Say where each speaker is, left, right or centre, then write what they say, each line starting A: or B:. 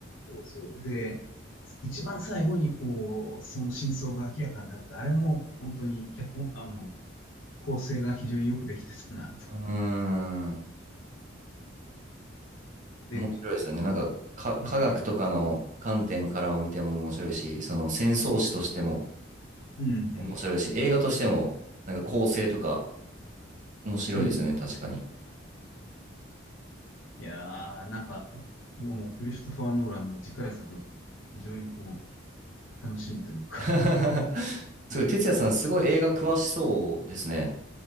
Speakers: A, on the left (about 80°); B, on the right (about 40°).
A: そうそう。で、一番最後にこう、その真相が明らかになると、あれも本当に脚本、あの、構成が非常によくできてたなと。
B: うーん、
A: で、
B: 面白いですよね。なんか、か、科学とかの観点からも見ても面白いし、
A: ええ、
B: その戦争史としても、
A: うん、うん、
B: 面白いし、
A: うん。
B: 映画としても、なんか構成とか面白いですよね、
A: うん
B: 確かに。
A: いやー、なんか、もうクリストファー・ノーランの次回作が非常にこう、楽しみというか
B: <laughs> すごい、哲也さんすごい映画詳しそうですね。